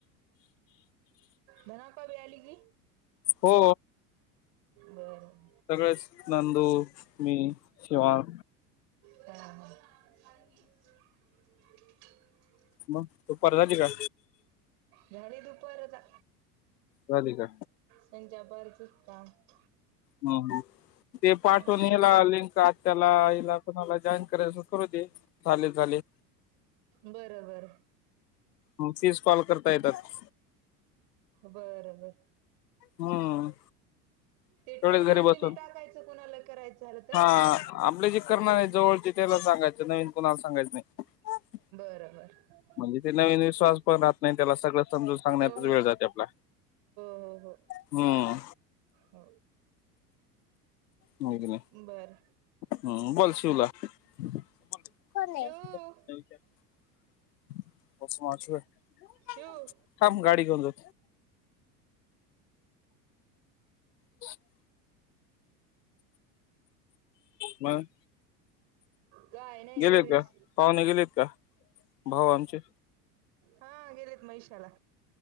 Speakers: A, on the right (about 60°); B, on the left (about 80°).
A: धन आप्पा पण आले की,
B: हो.
A: बरं.
B: सगळेच नंदू, मी शिवान
A: ह <unintelligible>
B: मग दुपार झाली का?
A: झाडी दुपारता
B: झाली का
A: संच्यापारचच काम <unintelligible>
B: ह ते पाठवून
A: हम्म
B: येला लिंकह त्यालाला <unintelligible> कोणाला जॉईन करायचं करू दे, झाले झाले
A: बरोबर.
B: मग तीस कॉल करता येतात.
A: बर, बर
B: हम्म तेवढेच
A: ते तुम्ही टाकलेली,
B: घरी बसून
A: टाकायचं कोणाला? करायचं झालं तर
B: हा आपले जे करणार आहे, जवळचे त्याला सांगायच नाही. कोणाला सांगायचं नाही.
A: बरोबर.
B: म्हणजे ते नवीन विश्वास पण राहत नाही, त्याला सगळं समजून सांगण्यातचाच
A: हो हो
B: वेळ जाते आपला.
A: हो, हो,
B: हम्म
A: हो
B: नाही
A: हो बर
B: हम् बची उला <unintelligible>
A: शिव
B: हो <unintelligible> थांब
A: शिव
B: गाडी घेऊन जाऊ. हो <inaudible> मग.
A: काय नाही
B: गेले
A: घरीच
B: का, पाहुणे गेलेत का भाव आमचे.
A: हा गेलेत महिषाला